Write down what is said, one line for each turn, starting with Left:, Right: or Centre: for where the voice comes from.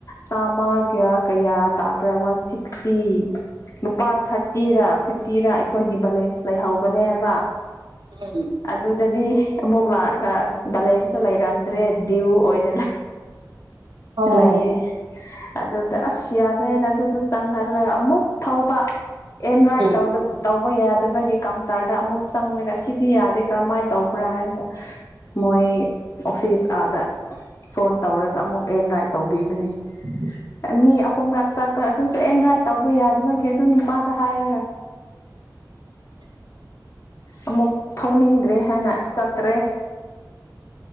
Left: ꯆꯥꯝꯃꯒ ꯀꯌꯥ ꯇꯥꯕ꯭ꯔꯥ ꯋꯥꯟ ꯁꯤꯛꯁꯇꯤ ꯂꯨꯄꯥ ꯊꯥꯔꯇꯤꯔꯥ ꯐꯤꯐꯇꯤꯔ ꯑꯩꯈꯣꯏꯒꯤ ꯕꯦꯂꯦꯟꯁ ꯂꯩꯍꯧꯕꯅꯦꯕ
Right: ꯎꯝ
Left: ꯑꯗꯨꯗꯗꯤ ꯑꯃꯨꯛ ꯂꯥꯛꯑꯒ ꯕꯦꯂꯦꯟꯁꯁꯨ ꯂꯩꯔꯝꯗ꯭ꯔꯦ ꯗ꯭ꯌꯨ ꯑꯣꯏꯅ
Right: ꯑꯣ
Left: ꯂꯩꯑꯦ ꯑꯗꯨꯗ ꯑꯁ ꯌꯥꯗꯦꯅ ꯑꯗꯨꯗꯣ ꯆꯪꯍꯜꯂꯒ ꯑꯃꯨꯛ ꯊꯧꯕ ꯑꯦꯟ ꯔꯥꯏꯠ
Right: ꯎꯝ
Left: ꯇꯧꯗꯕ ꯇꯧꯕ ꯌꯥꯗꯕꯒꯤ ꯀꯥꯎꯟꯇꯔꯗ ꯑꯃꯨꯛ ꯆꯪꯉꯒ ꯑꯁꯤꯗꯤ ꯌꯥꯗꯦ ꯀꯔꯝꯃꯥꯏꯅ ꯇꯧꯕ꯭ꯔ ꯍꯥꯏꯔꯒ ꯃꯣꯏ ꯑꯣꯐꯤꯁ ꯑꯥꯗ ꯐꯣꯟ ꯇꯧꯔꯒ ꯑꯃꯨꯛ ꯑꯦꯟ ꯔꯥꯏꯠ ꯇꯧꯕꯤꯕꯅꯦ꯫
Right: ꯎꯝ
Left: ꯑꯅꯤ ꯑꯍꯨꯝꯔꯛ ꯆꯥꯠꯄ ꯑꯗꯨꯁꯨ ꯑꯦꯟ ꯔꯥꯏꯠ ꯇꯧꯕ ꯌꯥꯗꯕꯒꯤ ꯑꯗꯨ ꯅꯨꯄꯥꯗ ꯍꯥꯏꯔꯒ ꯑꯃꯨꯛ ꯊꯧꯅꯤꯡꯗ꯭ꯔꯦ ꯍꯥꯏꯅ ꯆꯠꯇ꯭ꯔꯦ꯫